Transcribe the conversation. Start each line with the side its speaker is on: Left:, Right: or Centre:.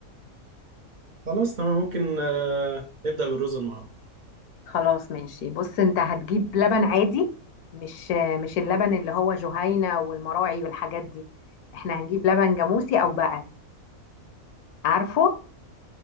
Right: خلاص تمام ممكن آه، نبدأ بالرز المعمر
Left: خلاص ماشي بص انت هتجيب لبن عادي مش آه، مش اللبن اللي هو جهينة والمراعي والحاجات دي احنا هنجيب لبن جاموسي أو بقري عارفه